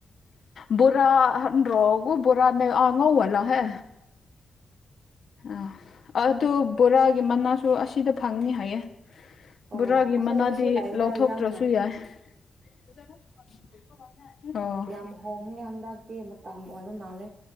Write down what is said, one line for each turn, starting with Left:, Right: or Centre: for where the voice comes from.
Left: ꯕꯣꯔꯥ ꯍꯟ ꯔꯣꯛ ꯕꯣꯔꯥꯅꯦ ꯑꯥꯉꯧ ꯋꯥꯜꯂꯥꯍꯦ ꯑꯥ ꯑꯗꯨ ꯕꯣꯔꯥꯒꯤ ꯃꯅꯥꯁꯨ ꯑꯁꯤꯗ ꯐꯪꯅꯤ ꯍꯥꯏꯌꯦ
Right: ꯑꯣ
Left: ꯕꯣꯔꯥꯒꯤ
Right: ꯑꯩꯈꯣꯏꯗꯁꯨ
Left: ꯃꯅꯥꯗꯤ
Right: ꯂꯥꯛꯏꯗ
Left: ꯂꯧꯊꯣꯛꯇ꯭ꯔꯁꯨ
Right: ꯌꯥꯝꯅ
Left: ꯌꯥꯏ <inaudible> ꯑꯣ
Right: ꯌꯥꯝ ꯍꯣꯡꯉꯦ ꯍꯟꯗꯛꯇꯤ ꯃꯇꯝ ꯑꯣꯏꯕ ꯃꯥꯜꯂꯦ